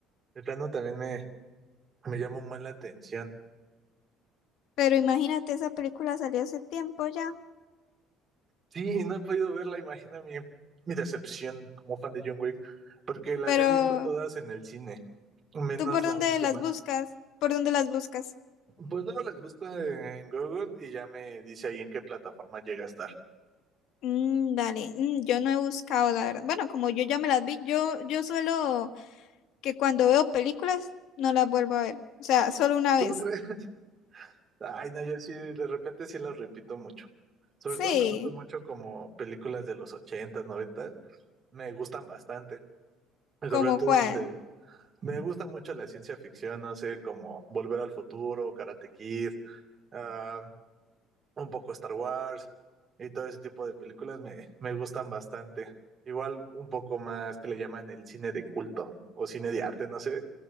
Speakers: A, on the right (about 25°); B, on the left (about 60°).
A: de plano también me, me llama un buen la atención.
B: Pero imagínate, esa película salió hace tiempo ya.
A: Sí, y no he podido verla, imagina mi, mi decepción como fan de John Wick, porque las
B: Pero,
A: he visto todas en el cine, menos
B: ¿tú por dónde
A: la última.
B: las buscas? ¿Por dónde las buscas?
A: Pues luego les busco en, en Google y ya me dice ahí en qué plataforma llega a estar.
B: Mm, dale, mm, yo no he buscado, la verdad. Bueno, como yo ya me las vi, yo, yo suelo que cuando veo películas no las vuelvo a ver. O sea, solo una
A: ¿Cómo
B: vez.
A: crees? Ay, no, yo sí, de repente sí las repito mucho. Sobre
B: Sí,
A: todo me gustan mucho como películas de los ochentas, noventas, Me gustan bastante. Y
B: ¿como
A: Sobre todo
B: cuál?
A: de... Me gusta mucho la ciencia ficción, no sé, como Volver al Futuro, Karate Kid, ah, un poco Star Wars y todo ese tipo de películas me, me gustan bastante. Igual un poco más que le llaman el cine de culto o cine de arte, no sé,